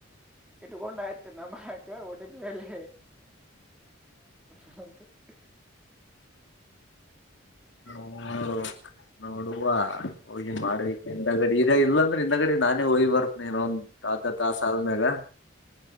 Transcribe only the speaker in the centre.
ಇಟ್ಕೊಂಡ ಆಯ್ತು ನಮ್ಮಕ ಒ ಟಿ ಪಿ ಹೇಳಿ <unintelligible>